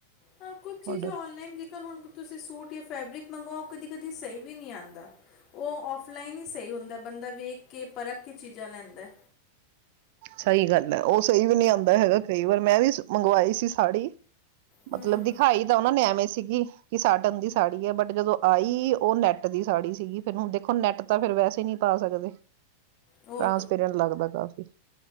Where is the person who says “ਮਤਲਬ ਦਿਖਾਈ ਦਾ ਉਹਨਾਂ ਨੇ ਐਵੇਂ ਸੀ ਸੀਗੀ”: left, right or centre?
Right